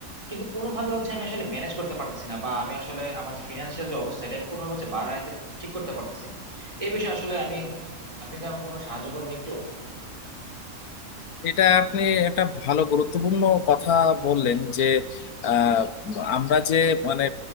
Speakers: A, on the right (about 20°); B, on the left (about 85°).
A: কিন্তু কোনোভাবে হচ্ছে আমি আসলে ম্যানেজ করতে পারতেছি না বা আমি আসলে আমার যে ফিনান্সিয়াল যে অবস্থা এটা আমি কোনোভাবে হচ্ছে বাড়াইতে ঠিক করতে পারতেছি না এই বিষয়ে আসলে আমি আপনি কি আমাকে কোনো সাহায্য করবেন একটু
B: এটা আপনি একটা ভালো গুরুত্বপূর্ণ কথা বললেন যে আহ, আমরা যে মানে